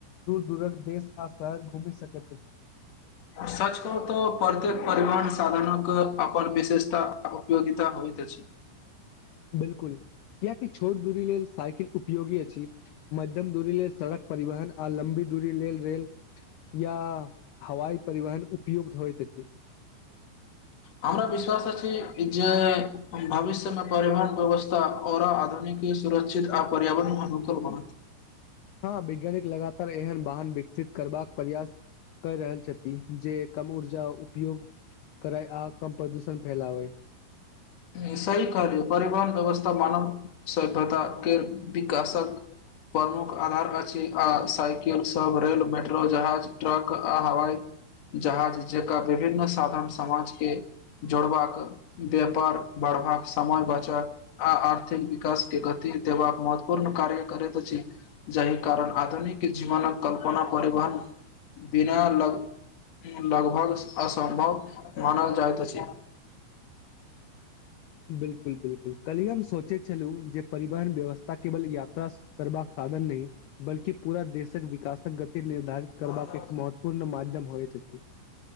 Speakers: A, on the left; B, on the left.
A: दूर दूरक देश आ शहर घूमी सकैत।
B: सच कह तऽ प्रत्येक परिवहन साधन के अपन विशेषता उपयोगिता होत छै।
A: बिल्कुल। कियाकि छोट दूरी लेल साइकिल उपयोगी अछि, मध्यम दूरी लेल सड़क परिवहन, आ लं्बी दूरी लेल रेल या हवाई परिवहन उपयुक्त होइत अछि
B: हमरा विश्वास अछी जे भविष्य मे परिवहन व्यवस्था आऔर आधुनिक सुरक्षित आ पर्यावरण अनुकूल बनत।
A: हँ वैज्ञानिक लगातार एहन वाहन विकसित करबाक प्रयास कर रहल छथि, जे कम ऊर्जा उपयोग करै आ कम प्रदूषण फैलावे
B: सही कह परिवहन व्यवस्था मानव सभ्यता के विकासक प्रमुख आधार अछि, आ साइकिल सभ, रेल, मेट्रो, जहाज, ट्रक आ हवाई जहाज जकरा विभिन्न साधन समाज के जोड़बाक व्यापार बढ़बाक समय बचत आ आर्थिक विकास के गति देबाक महत्वपूर्ण कार्य करैत अछि, जाहि कारण आधुनिक जीवनक कल्पना परिवहन बिना लग लगभग असम्भव मानल जाइत अछि।
A: बिल्कुल, बिलकुल, कलही हम सोचै छलहुँ जे परिवहन व्यवस्था केवल यात्रा करबाक साधन नहि, बल्ि पूरा देशक विकासक गति निर्धारित करबाक
B: हाँ,
A: एक महत्वपूर्ण माध्यम होइत अछि